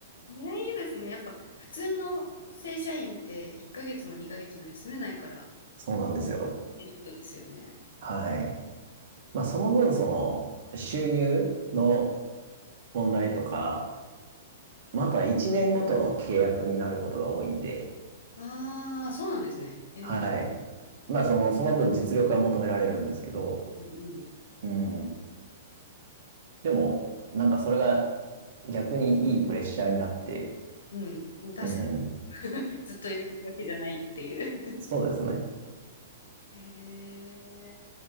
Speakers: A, on the left (about 75°); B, on the right (about 60°).
A: うれいいですね。やっぱ普通の正社員って1ヶ月も2ヶ月も休めないから
B: そうなんですよ。
A: メリットですよね。
B: はい。まあその分、その、収入の問題とか、まあ、あとは1年ごとの契約になることが多いんで、
A: ああ、そうなんですね。えー、
B: はい。まあ、その、その分実力は求められるんですけど、
A: うん
B: うん。でも、
A: うん。えー
B: なんかそれが逆にいいプレッシャーになって、
A: うんうんえうん確かに。
B: うん。
A: <laughs> ずっといられるわけじゃないっていう。
B: そうですね。
A: <laughs> へえ。